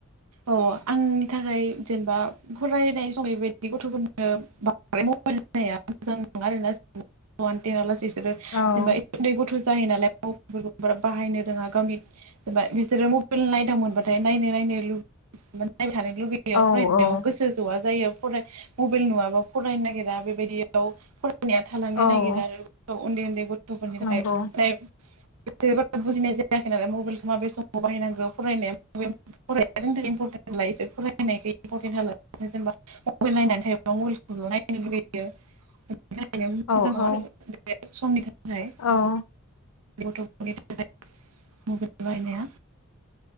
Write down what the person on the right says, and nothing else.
औ आंनि थाखाय जेनबा फरायनाय सम बेबायदि गथ'फोरनो बां <unintelligible> मबाइल होनाया मोजां नङा आरोना वान- तेन लासै इसोरो जेनेबा
उन्दै गथ' जायो नालाय <unintelligible> फोरखौ बारा बाहायनो रोङा गावनि जेनबा बिसोरो मबाइल नायदावमोनबाथाय नायनो नायनो लुबै <unintelligible> नायबाय थानो लुुगैयो
फरायनायाव गोसो ज'आ जायो। फराय मबाइल नुङाबा फरायनो नागिरा बेबायदियाव फरायनाया थालांनो
नागिरा आरो। ओ उन्दै उन्दै गथ'फोरनि थाखाय
<unintelligible> <unintelligible> बारा बुजिनाय जायाखै आरो मबाइलखो माबे समाव बायनांगो फरायनाया <unintelligible> फराय <unintelligible> इमपरटेन लायो इसोर फरायनायखो इम्परटेन होआ लासिनो जेनबा मबेल नायनानै थायोब्ला मबेल खोल' नायनो लुुगैयो थाखायनो मोजां
नङा
आरो बे समनि थाखाय।
गथ'फोरनि थाखाय मबेल बायहानाया